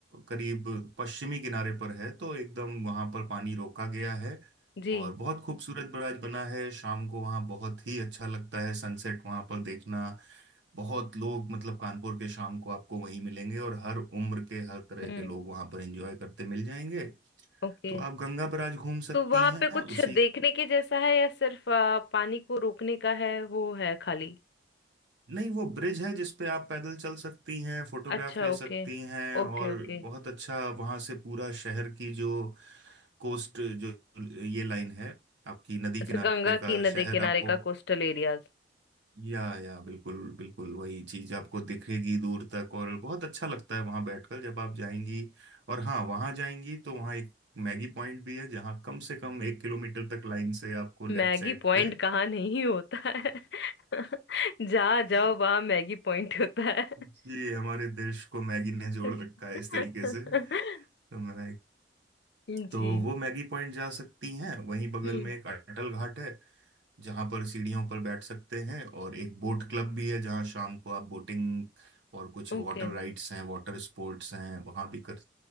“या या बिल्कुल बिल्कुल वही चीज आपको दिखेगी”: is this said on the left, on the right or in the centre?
Right